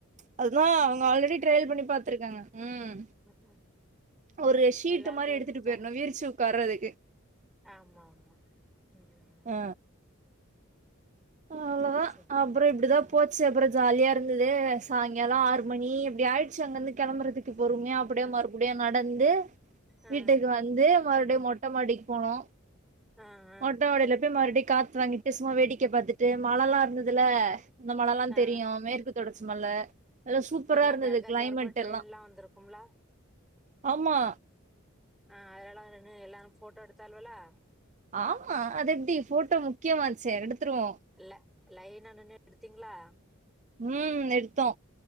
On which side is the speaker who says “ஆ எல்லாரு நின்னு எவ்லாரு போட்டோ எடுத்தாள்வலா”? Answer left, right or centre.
Centre